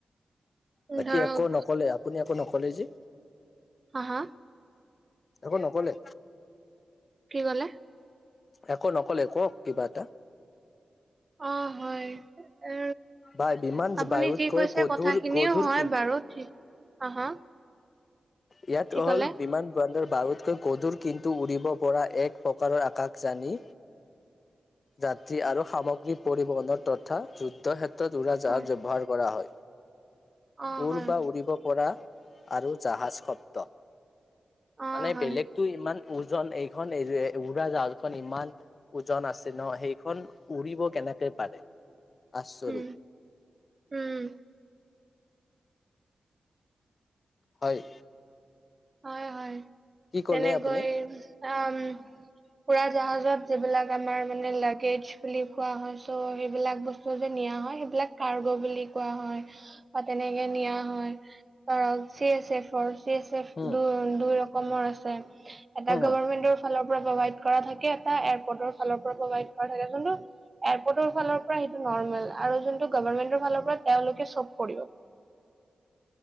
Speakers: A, on the left; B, on the right.
A: বাকী
B: ধৰক
A: একো নকলে আপুনি একো নকলে যে
B: হা হা
A: একো নকলে।
B: কি ক'লে?
A: একো নকলে কওক কিবা এটা
B: অ হয় এ
A: বাই বিমান
B: আপুনি
A: বায়ুতকৈ
B: কি কৈছে
A: গধুৰ
B: কথাখিনিও
A: গধুৰ
B: হয়
A: কিন্তু
B: বাৰু ঠিক অ হা
A: ইয়াত
B: কি ক'লে
A: হ'ল বিমান বন্দৰ বাৰু তকৈ গধুৰ কিন্তু উৰিব পৰা এক প্ৰকাৰৰ আকাশ জানি যাত্ৰী আৰু সামগ্ৰী পৰিবহনৰ তথা যুদ্ধ ক্ষেত্ৰ উৰা জাহাজ
B: হয়
A: ব্যৱহাৰ কৰা হয়
B: অ
A: উৰ
B: হয়
A: বা উৰিব পৰা আৰু জাহাজ শব্দ
B: অ
A: মানে
B: হয়
A: বেলেগতো ইমান ওজন এইখন এ উৰা জাহাজখন ইমান ওজন আছে ন সেইখন উৰিব কেনে কেনেকে পাৰে আচৰিত
B: উম উম
A: হয়
B: হয় হয়
A: কি
B: তেনেকৈ
A: ক'লে আপুনি
B: আমম উৰা জাহাজত যিবিলাক আমাৰ মানে লাগেজ বুলি কোৱা হয় চ' সেইবিলাক বস্তু যে নিয়া হয় সেই এইবিলাক কাৰ্গ বুলি কোৱা হয় বা তেনেকে নিয়া হয় ধৰক চি এছ এফৰ চি এ
A: উম
B: দু দুই ৰকমৰ আছে এটা
A: উম
B: গভৰ্মেন্টৰ ফালৰ প্ৰভাইড কৰা থাকে এটা এয়াৰপৰ্টৰ ফালৰ পৰা প্ৰভাইড কৰা থাকে কিন্তু এয়াৰপৰ্টৰ ফালৰ পৰা সেইটো নৰ্মেল আৰু যোনটো গভাৰ্মেন্টৰ ফালৰ পৰা তেওঁলোকে চব কৰিব <inaudible>